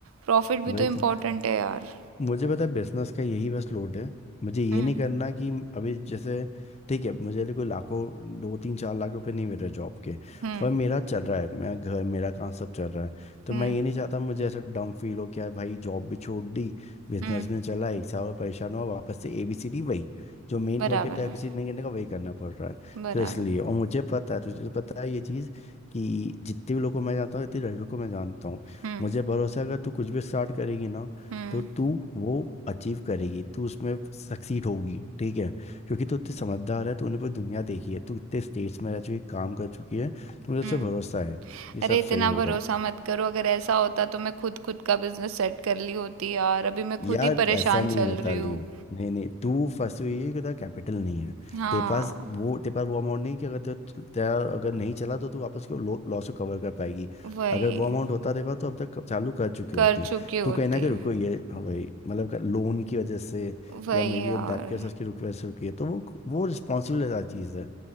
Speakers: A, on the right; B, on the left.
A: प्रॉफिट भी
B: वही
A: तो इम्पोर्टेंट
B: तो
A: है यार
B: मुझे पता है बिजनेस का यही बस लोड है मुझे ये
A: हम्म
B: नहीं करना कि अभी जैसे ठीक है मुझे अभी कोई लाखों दो तीन चार लाख रुपए नहीं मिल रहे जॉब के
A: हम्म
B: पर मेरा चल रहा है मेरा घर मेरा काम सब चल रहा है तो
A: हम्म
B: मैं ये नहीं चाहता मुझे ऐसा डम फील हो क्या भाई जॉब भी छोड़ दी बिजनेस
A: हम्म
B: भी नहीं चला एक साल और परेशान हुआ वापस से एबीसीडी वही जो मेन
A: बराबर
B: मोटिव था एबीसीडी
A: है
B: नहीं करने का वही करना पड़ रहा है
A: बराबर
B: तो इसलिए और मुझे पता है तुझे तो पता है ये चीज़ कि जितने भी लोगों को मैं जानता हूँ इतने लड़कों को मैं जानता हूँ
A: हुँ,
B: मुझे भरोसा है अगर तू कुछ भी स्टार्ट करेगी ना
A: हुँ,
B: तो तू वो अचीव करेगी तू उसमें सक्सीड होगी ठीक है क्योंकि तू इतनी समझदार है तूने पूरी दुनिया देखी है तू इतने स्टेट्स में रह चुकी काम कर चुकी है तो मुझे उससे
A: हुँ।
B: भरोसा है ये सब
A: अरे इतना
B: सही होगा
A: भरोसा मत करो अगर ऐसा होता तो मैं खुद खुद का बिजनेस सेट कर ली होती यार अभी मैं
B: यार
A: खुद ही परेशान
B: ऐसा नहीं
A: चल
B: है मिताली
A: रही हूँ
B: नहीं नहीं तू फंसी हुई है कि तेरा कैपिटल नहीं है
A: हाँ
B: तेरे पास वो तेरे पास वो अमाउंट नहीं कि अगर तेरा तेरा अगर नहीं चला तो तू वापस को लॉस को कवर कर पाएगी
A: वही
B: अगर वो अमाउंट होता तेरे पास तो अब तक चालू कर चुकी
A: कर
B: होती
A: चुकी होती
B: तू कहना कि रुको ये हाँ भाई मतलब लोन की वजह से
A: वही
B: या मे बी
A: यार
B: जो डेब्ट केस उसकी रुक- वजह से रुकी है तो वो वो रिस्पॉन्सिबल चीज़ है